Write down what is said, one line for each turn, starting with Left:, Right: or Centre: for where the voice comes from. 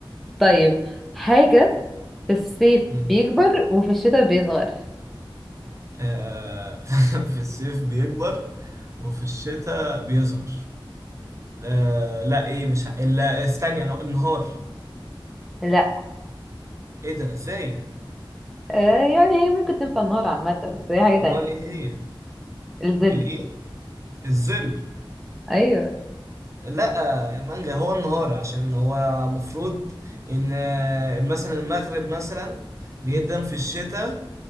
Centre: طيب حاجة في الصيف
Right: مم.
Centre: بيكبر وفي الشتاء بيصغر
Right: آه <laughs> في الصيف بيكبر وفي الشتاء بيصغر آه لا ايه مش ه- لا استني انا النهار
Centre: لا
Right: ايه ده ازاي
Centre: آه يعني هي ممكن تنفع النهار عامة بس هي حاجة
Right: امال
Centre: تانية
Right: ايه هي
Centre: الظل
Right: الايه الظل
Centre: ايوه
Right: لا مانجا هو النهار عشان هو مفروض ان آه، مثلا المغرب مثلا بيقدم في الشتاء